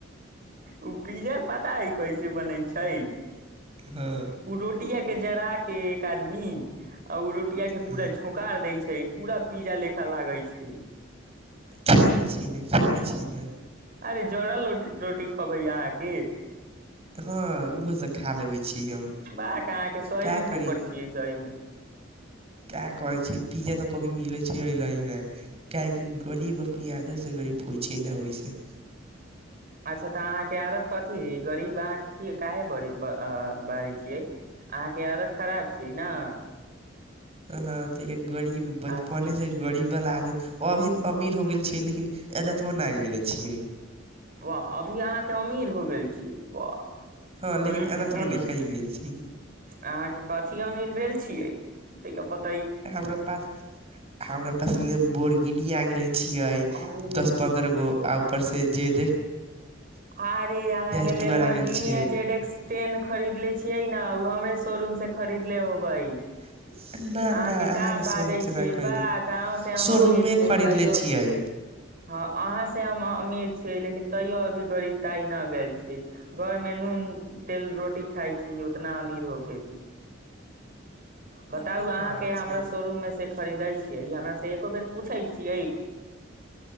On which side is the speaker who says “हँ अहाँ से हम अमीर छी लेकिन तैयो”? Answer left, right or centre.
Right